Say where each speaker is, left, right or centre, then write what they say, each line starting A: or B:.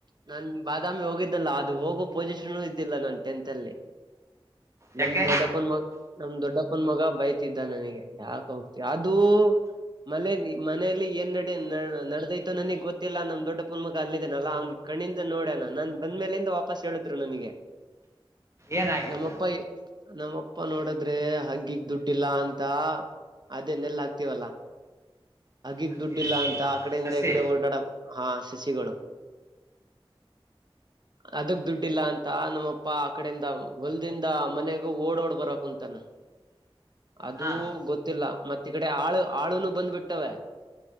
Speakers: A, on the right; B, on the right.
A: ನಾ ಬಾದಾಮಿ ಹೋಗಿದ್ದಲ್ಲ ಅದು ಹೋಗೋ ಪೊಸಿಷನ್ ಇದ್ದಿಲ್ಲ ನನ್ ಟೆಂತ್ ಅಲ್ಲಿ ನಮ
B: ಯಾಕೆ
A: ದೊಡ್ಡಪ ನಮ್ ದೊಡ್ಡಪ್ಪನ ಮಗ ಬೈತಿದ್ದ ನನಗೆ ಯಾಕ ಹೋಗ್ತಿವಿ ಅದು ಮನೆ ಮನೇಲಿ ಏನ್ ನಡಿ ನಡದೈತತ್ತು ನನಗ್ ಗೊತ್ತಿಲ್ಲಾ ನಮ್ ದೊಡ್ಡ ಪುಣ ಮಗ ಅಲ್ಲಿದೆೇನಲ್ಲಾ ಅವ್ನ್ ಕಣಿಂದ ನೋಡ್ಯಣ ನಾನ್ ಬಂದ್ಮೇಲಿಂದ ವಾಪಸ್ ಹೇಳಿದ್ರು ನನಗೆ
B: ಏನಾಗಿತ್ತು
A: ನಮ್ಮಪ್ಪ ನಮ್ಮ ಅಪ್ಪ ನೋಡದ್ರೆ ಹಗ್ಗಿಗ್ ದುಡ್ಡಿಲ್ಲ ಅಂತ ಅದೇನ್ನೆಲ್ಲ ಆಾಕ್ತಿವಲ್ಲ ಹಗ್ಗಗ್
B: ಹಕ್ಕಿ
A: ದುಡ್ಡಿಲ್ಲಾ
B: ಹಕ್ಕಿ
A: ಅಂತ ಅಡೆಯಿಂದ
B: ಸಸಿ
A: ಈಕಡೆ ಓಡಾಡ ಹಾ ಸಿಗಳು ಅದಕ್ ದುಡ್ಡಿಲ್ಲ ಅಂತ ನಮ್ಮಪ್ಪ ಆ ಕಡೆಯಿಂದ ಹೊಲ್ದಿಂದ ಮನೆಗ ಓಡೋಡ್ ಬರಕ್ ಅಂತಾನ ಅದುೂ
B: ಹಾ
A: ಗೊತ್ತಿಲ್ಲ ಮತ್ತ ಈ ಕಡೆ ಆಳು ಆಳುನು ಬಂದ್ಬ ಬಿಟ್ಟವ